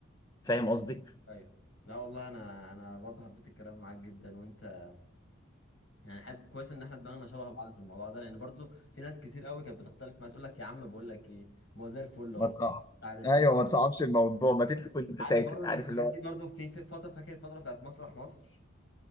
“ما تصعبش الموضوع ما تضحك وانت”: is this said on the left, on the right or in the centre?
Left